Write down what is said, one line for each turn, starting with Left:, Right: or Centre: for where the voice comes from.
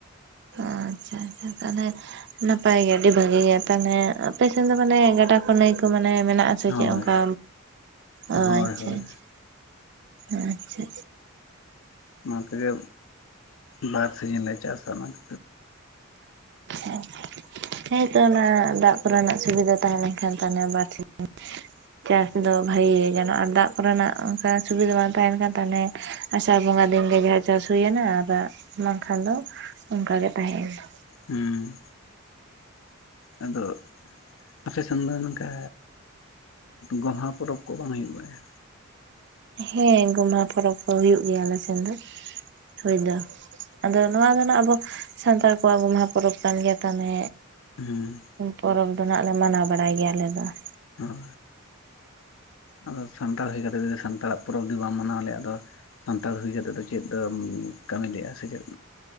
Right: ᱟᱪᱪᱷᱟ ᱟᱪᱪᱷᱟ ᱛᱟᱦᱚᱞᱮ ᱱᱟᱯᱟᱭ ᱜᱮ ᱟᱹᱰᱤ ᱵᱷᱟᱹᱜᱤ ᱜᱮᱭᱟ ᱛᱟᱦᱞᱮ ᱟᱯᱮ ᱥᱮᱱ ᱫᱚ ᱢᱟᱱᱮ ᱜᱟ ᱯᱟᱴᱟ ᱠᱚ ᱱᱟᱹᱭ ᱠᱚ ᱢᱟᱱᱮ ᱢᱮᱱᱟᱜ-ᱟ ᱥᱮᱪᱮᱫ
Left: ᱫᱚ᱾ ᱦᱳᱭ
Right: ᱚᱱᱠᱟ ᱚ
Left: ᱦᱳᱭ
Right: ᱟᱪᱪᱷᱟ
Left: ᱦᱳᱭ
Right: ᱟᱪᱟ ᱟᱪᱪᱷᱟ ᱟᱪᱷᱟ᱾
Left: ᱚᱱᱟ ᱛᱮᱜᱮ ᱵᱟᱨ ᱥᱤᱡᱤᱱ ᱞᱮ ᱪᱟᱥᱟ ᱚᱱᱟ <inaudible>
Right: <inaudible> ᱦᱮᱸᱛᱚ ᱚᱱᱟ ᱫᱟᱜ ᱠᱚᱨᱮᱱᱟᱜ ᱥᱩᱵᱤᱫᱟ ᱛᱟᱦᱮᱸ ᱞᱮᱱᱠᱷᱟᱱ ᱛᱟᱞᱦᱮ ᱵᱟᱨ ᱴᱷᱤᱠ᱾ ᱪᱟᱥ ᱫᱚ ᱵᱷᱟᱜᱮ ᱜᱮ ᱜᱟᱱᱚᱜ-ᱟ ᱟᱨ ᱫᱟᱜ ᱠᱚᱨᱮᱱᱟᱜ ᱚᱱᱠᱟ ᱥᱩᱵᱤᱫᱷᱟ ᱵᱟᱝ ᱛᱟᱦᱮᱱ ᱠᱷᱟᱱ ᱛᱟᱦᱚᱞᱮᱼᱼ ᱟᱥᱟᱲ ᱵᱚᱸᱜᱟ ᱫᱤᱱᱜᱮ ᱡᱟᱦᱟᱸ ᱪᱟᱥ ᱦᱩᱭᱮᱱᱟ ᱟᱨ ᱵᱟ ᱵᱟᱝᱠᱷᱟᱱ ᱫᱚ ᱚᱱᱠᱟᱜᱮ ᱛᱟᱦᱮᱸᱭᱮᱱᱟ᱾
Left: ᱦᱩᱸ᱾ ᱟᱫᱚ᱾ ᱟᱯᱮᱥᱮᱱ ᱫᱚ ᱱᱚᱝᱠᱟ ᱜᱚᱢᱦᱟ ᱯᱚᱨᱚᱵᱽ ᱠᱚ ᱵᱟᱝ ᱦᱩᱭᱩᱜ ᱵᱟᱲᱟᱭᱟ?
Right: ᱦᱮᱸ ᱜᱳᱢᱦᱟ ᱯᱚᱨᱚᱵᱽ ᱠᱚ ᱦᱩᱭᱩᱜ ᱜᱮᱭᱟ ᱟᱞᱮ ᱥᱮᱱ ᱫᱚ ᱦᱳᱭ ᱫᱚ ᱾ ᱟᱫᱚ ᱱᱚᱣᱟ ᱫᱚ ᱱᱟᱜ ᱟᱵᱚ ᱥᱟᱱᱛᱟᱲ ᱠᱚᱣᱟᱜ ᱜᱚᱢᱦᱟ ᱯᱚᱨᱚᱵᱽ ᱠᱟᱱ ᱜᱮᱭᱟ ᱛᱟᱦᱞᱮᱼᱼ
Left: ᱦᱩᱸ᱾
Right: ᱯᱚᱨᱚᱵᱽ ᱫᱚ ᱱᱟᱦᱟᱜ ᱞᱮ ᱢᱟᱱᱟᱣ ᱵᱟᱲᱟᱭ ᱜᱮᱭᱟ ᱟᱞᱮ ᱫᱚ ᱾
Left: ᱦᱳᱭ ᱟᱫᱚ ᱥᱟᱱᱛᱟᱲ ᱦᱩᱭ ᱠᱟᱛᱮᱜ ᱡᱩᱫᱤ ᱥᱟᱱᱛᱟᱲᱟᱜ ᱯᱚᱨᱚᱵᱽ ᱡᱩᱫᱤ ᱵᱟᱢ ᱢᱟᱱᱟᱣ ᱞᱮᱜ-ᱟ ᱟᱫᱚ᱾ ᱥᱟᱱᱛᱟᱲ ᱦᱩᱭᱠᱟᱛᱮᱫ ᱫᱚ ᱪᱮᱫ ᱫᱚᱢ ᱠᱟᱹᱢᱤ ᱞᱮᱜᱼᱟ ᱥᱮ ᱪᱮᱫ᱾